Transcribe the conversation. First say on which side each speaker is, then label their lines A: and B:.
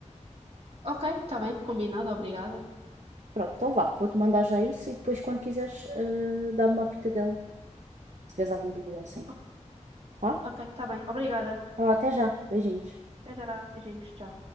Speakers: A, on the right (about 50°); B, on the right (about 70°).
A: Ok, tá bem, combinado, obrigada.
B: Pronto, então vá, vou-te mandar já isso e depois, quando quiseres, eh, dá-me uma pitadela, se tiveres alguma dúvida ou assim,
A: O-
B: tá?
A: Ok, tá bem, obrigada.
B: Então, até já, beijinhos.
A: Até já, beijinhos, tchau.